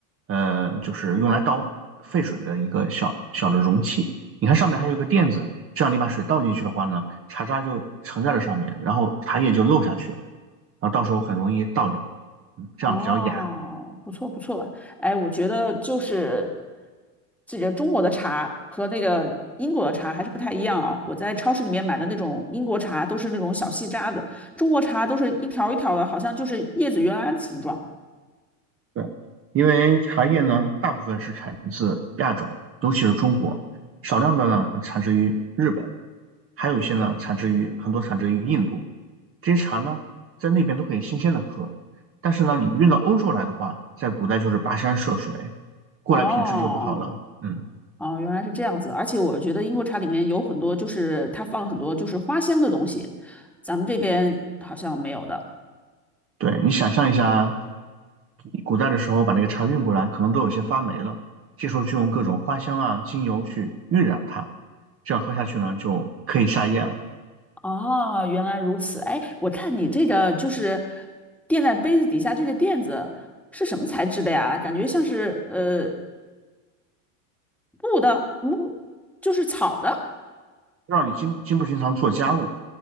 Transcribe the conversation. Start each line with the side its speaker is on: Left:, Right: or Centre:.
Right: 呃，就是用来倒沸水的一个小小的容器。你看上面还有一个垫子，这样你把水倒进去的话呢，茶渣就盛在了上面，然后茶叶就漏下去了，然后到时候很容易倒掉，嗯这样比较雅。
Centre: 哦，不错不错。哎，我觉得就是这个中国的茶和那个英国的茶还是不太一样啊。我在超市里面买的那种英国茶都是那种小细渣子，中国茶都是一条一条的，好像就是叶子原来的形状。
Right: 对，因为茶叶呢，大部分是产自亚洲，尤其是中国，少量的呢产自于日本，还有一些呢产自于很多产自于印度。这些茶呢，在那边都可以新鲜的喝，但是呢，你运到欧洲来的话，在古代就是跋山涉水，过来品质就不好了。
Centre: 哦。
Right: 嗯，
Centre: 哦，原来是这样子，而且我觉得英国茶里面有很多，就是它放很多就是花香的东西，咱们这边好像没有的。
Right: 对，你想象一下，古代的时候把那个茶运过来，可能都有些发霉了，这时候就用各种花香啊、精油去晕染它，这样喝下去呢，就可以下咽了。
Centre: 哦，原来如此。哎，我看你这个就是垫在杯子底下这个垫子是什么材质的呀？感觉像是呃布的，木，就是草的。
Right: 让你经经不经常做家务。